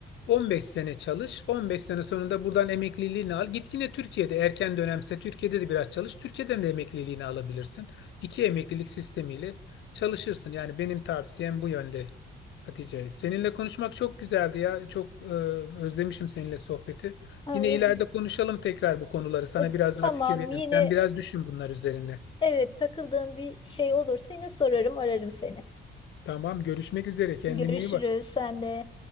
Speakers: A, on the left; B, on the left.
A: 15 sene çalış. 15 sene sonunda buradan emekliliğini al. Git yine Türkiye'de erken dönemse Türkiye'de de biraz çalış. Türkiye'den de emekliliğini alabilirsin. İki emeklilik sistemiyle çalışırsın. Yani benim tavsiyem bu yönde Hatice. Seninle konuşmak çok güzeldi ya. Çok e, özlemişim seninle sohbeti.
B: Aa,
A: Yine
B: evet.
A: ileride konuşalım tekrar bu konuları. Sana
B: E,
A: biraz
B: tamam
A: daha fikir veririm.
B: yine
A: Sen biraz düşün bunlar üzerinde.
B: evet takıldığım bir şey olursa yine sorarım ararım seni.
A: Tamam, görüşmek üzere. Kendine
B: Görüşürüz
A: iyi bak.
B: sen de.